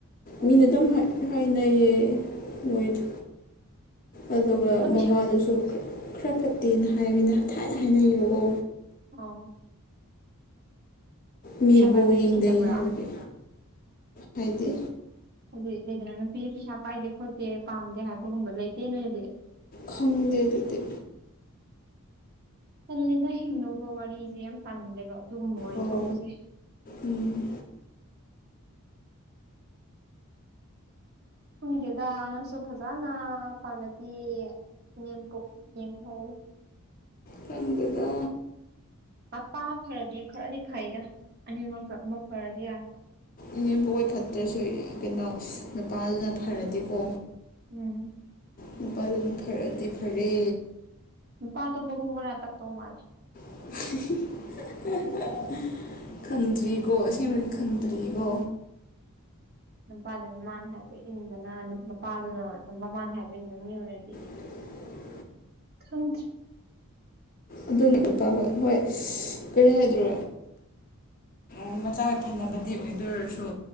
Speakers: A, on the right; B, on the left.
A: ꯈꯪꯗꯦ
B: ꯃꯤꯅ ꯑꯗꯨꯝ ꯍꯥꯏꯅꯩꯌꯦ ꯃꯣꯏꯗ ꯑꯗꯨꯒ
A: ꯄꯩꯁꯥ
B: ꯃꯃꯥꯗꯨꯁꯨ ꯈꯔ ꯐꯠꯇꯦꯅ ꯍꯥꯏꯃꯤꯅ ꯊꯥꯏꯅ ꯍꯥꯏꯅꯩꯌꯦꯕꯀꯣ
A: ꯑꯣ
B: ꯃꯤꯕꯨ
A: ꯄꯩꯁꯥ ꯄꯥꯏꯕꯗꯤ
B: ꯌꯦꯡꯊꯩ
A: ꯊꯤꯗꯕ꯭ꯔꯥ
B: ꯍꯥꯏꯔꯒꯦ ꯍꯥꯏꯗꯤ
A: ꯑꯗꯨꯗꯤ ꯂꯩꯗꯅ ꯅꯨꯄꯤꯁꯦ ꯄꯩꯁꯥ ꯄꯥꯏꯗꯦ ꯈꯣꯠꯇꯦ ꯄꯥꯝꯗꯦ ꯍꯥꯏꯕꯒꯨꯝꯕ ꯂꯩꯇꯦ ꯅꯣꯏꯗꯤ
B: ꯈꯪꯗꯦ ꯑꯗꯨꯗꯤ
A: ꯀꯜꯂꯤꯦꯗ ꯍꯤꯡꯗꯧꯕ ꯋꯥꯔꯤꯁꯦ ꯌꯥꯝ ꯇꯥꯅꯤꯡꯗꯦꯕ ꯑꯗꯨꯒꯨꯝꯕ ꯋꯥꯔꯤ
B: ꯑꯣ
A: ꯊꯣꯛꯄꯁꯦ
B: ꯎꯝ
A: ꯐꯨꯝꯁꯤꯦꯗ ꯅꯪꯁꯨ ꯐꯖꯅ ꯄꯥꯂꯗꯤꯅꯦꯝꯄ ꯌꯦꯦꯝꯍꯧ
B: ꯐꯪꯒꯗ
A: ꯃꯄꯥ ꯐꯔꯗꯤ ꯈꯔꯗꯤ ꯐꯩꯗ ꯑꯅꯤꯃꯛꯇ ꯑꯃꯨꯛ ꯐꯔꯗꯤ ꯌꯥꯔꯦ
B: ꯏꯅꯦꯝꯕ ꯑꯣꯏꯣꯏ ꯐꯠꯇ꯭ꯔꯁꯨ ꯀꯩꯅꯣ ꯅꯨꯄꯥꯗꯨꯅ ꯐꯔꯗꯤꯀꯣ
A: ꯎꯝ
B: ꯅꯨꯄꯥꯗꯨꯅ ꯐꯔꯗꯤ ꯐꯔꯦ
A: ꯅꯨꯄꯥꯗꯣ ꯃꯕꯨꯡ ꯑꯃꯅ ꯇꯛꯇꯧ ꯃꯥꯜꯂꯦ
B: <unintelligible>
A: ꯎꯝ
B: ꯈꯪꯗ꯭ꯔꯤꯀꯣ ꯑꯁꯦꯡꯕꯗꯤ ꯈꯪꯗ꯭ꯔꯤꯀꯣ
A: ꯅꯨꯄꯥꯗꯨꯅꯃꯥꯅ ꯍꯥꯏꯕ ꯏꯟꯗꯅ ꯃꯄꯥꯗꯨꯅ ꯃꯃꯥꯅ ꯍꯥꯏꯕ ꯏꯟꯗ ꯅ꯭ꯌꯨ ꯑꯣꯏꯔꯗꯤ
B: <unintelligible>
A: ꯍꯥꯎ
B: ꯑꯗꯨꯅꯦ ꯎꯄꯥ ꯍꯣꯏ ꯍꯣꯏ ꯀꯔꯤ ꯍꯥꯏꯗ꯭ꯔꯣ ꯎ ꯃꯆꯥ ꯑꯣꯏꯐꯅꯕꯗꯤ ꯑꯣꯏꯗꯣꯏꯔꯁꯨ